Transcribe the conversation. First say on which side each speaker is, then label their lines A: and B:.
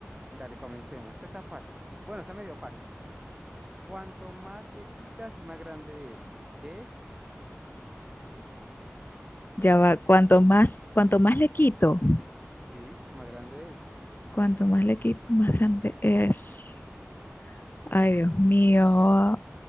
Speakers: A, on the right; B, on the left.
A: Dale, comencemos. Este está fácil. Bueno, está medio fácil. Cuanto más le quitas, más grande es. ¿Qué es?
B: Ya va, cuanto más, cuanto más le quito,
A: Sí, más grande es.
B: cuanto más le quito, más grande es. Ay, Dios mío.